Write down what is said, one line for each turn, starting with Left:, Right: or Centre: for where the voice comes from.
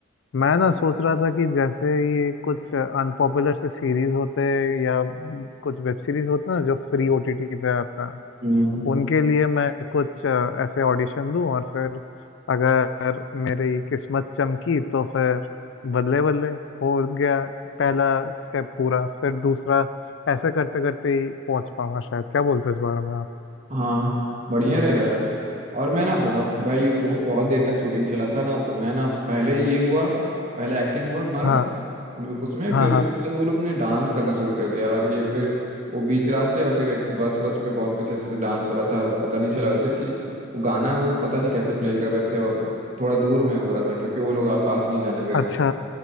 Left: मैं ना सोच रहा था कि जैसे ये कुछ अनपॉपुलर से सीरीज होते हैं या कुछ वेब सीरीज होते हैं ना जो फ्री ओटीटी पे आते हैं
Right: हम्म,
Left: उनके लिए मैं कुछ अ, ऐसे ऑडिशन दूं और फिर अगर मेरी किस्मत चमकी तो फिर बदले बदले हो गया पहला स्टेप पूरा फिर दूसरा ऐसे करते करते ही पहुंच पाऊंगा शायद क्या बोलते हो इस बारे में आप
Right: हाँ बढ़िया रहेगा यार और मैं ना बहुत भाई बहुत बहुत देर तक शूटिंग चला था ना तो मैं ना पहले ये हुआ पहले एक्टिंग हुआ हमारा
Left: हाँ
Right: उन- उसमें फिर
Left: हाँ
Right: उसके
Left: हाँ
Right: बाद वो लोग ने डांस करना शुरू कर दिया और ये फिर वो बीच रास्ते और फिर एक बस वस पे बहुत कुछ ऐसे से डांस हो रहा था पता नहीं चला वैसे कि वो गाना वो पता नहीं कैसे प्ले कर रहे थे और थोड़ा दूर में हो रहा था क्योंकि वो लोग आ- पास नहीं जाने दे रहे
Left: अच्छा
Right: थे